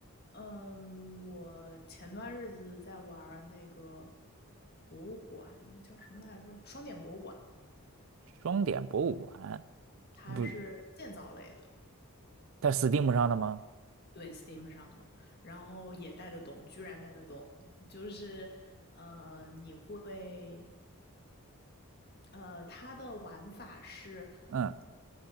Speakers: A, on the left; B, on the right.
A: 嗯，我前段日子在玩那个博物馆，那个叫什么来着？双点博物馆，
B: 双点博物馆
A: 它是建造类的，
B: 不，它 Steam 上的吗？
A: 对，Steam 上的，然后也带得动，居然带得动，就是嗯、呃你会。呃，它的玩法是
B: 嗯